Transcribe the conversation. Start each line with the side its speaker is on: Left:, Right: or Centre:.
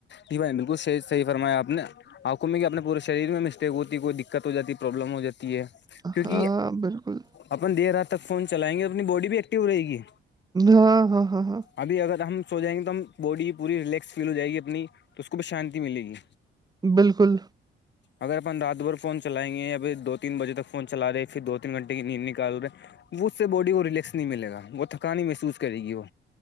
Left: جی بھائی بالکل صح فرمیا آپ نے آپ کو میںے اپنے پورے شریر میں مسٹیک ہوتی کوئی دقت ہو جاتی ہے پروابلم ہو جاتی ہے کیونکہ
Right: ہاں بالکل
Left: اپن دیر رات تک فون چلائیںے اور اپنی باڈی بھی ایکٹیو رہے گی
Right: ہاں ہاں ہاں ہاں
Left: ابھی اگر ہم سو جائیں گے تو ہم باڈی پوری ریلیکس فیل ہو جائے گی اپنی تو اس کو بھی شانتی ملے گی
Right: بالکل
Left: اگر اپن دادا بار فون چلائیں گے ابھی دو تین بجے تک فون چلا رہے پھر دو تین گھنٹ کی نیند نکال رہے وہ اس سے باڈی کو ریلیکس نہیں ملے گا وہ تھکانی محسوس کرے گی وہ